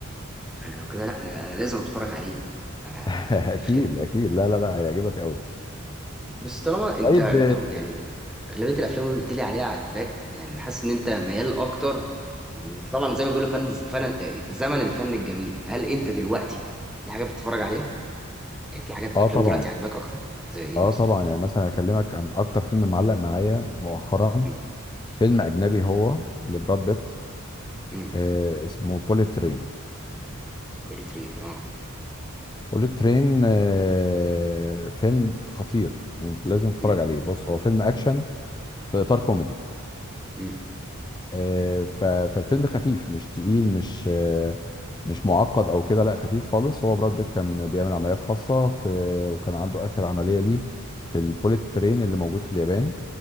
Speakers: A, in the centre; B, on the left (about 20°).
A: انا لو كده لا انا, أنا لازم اتفرج عليه انا
B: <laughs>
A: مش
B: اكيد
A: كده
B: اكيد لا لا لا هيعجبك قوي
A: بس طالما انت
B: طيب
A: انت يعني اغلبيه الافلام اللي قلت لي عليها عجباك يعني حاسس ان انت ميال اكتر طبعا زي ما بيقولوا فن فن زمن الفن الجميل هل انت دلوقتي في حاجه بتتفرج عليها يعني في حاجات
B: اه
A: افلام
B: طبعا
A: دلوقتي عجباك اكتر زي ايه
B: اه
A: مثلا
B: طبعا يعني مثلا اكلمك عن اكتر فيلم معلق معايا مؤخرا
A: مم،
B: فيلم
A: مم،
B: اجنبي هو لبراد بيت
A: مم.
B: آه اسمه بوليت ترين
A: كولي ترين اه
B: بوليت ترين آه فيلم خطير لازم تتفرج
A: مم،
B: عليه بص هو فيلم اكشن في اطار كوميدي
A: مم،
B: آه ف- فالفيلم خفيف مش تقيل مش آه مش معقد او كده لا خفيف خالص هو براد بيت كان بيعمل عمليات خاصة في وكان عنده اخر عملية ليه في البوليت ترين اللي موجود في اليابان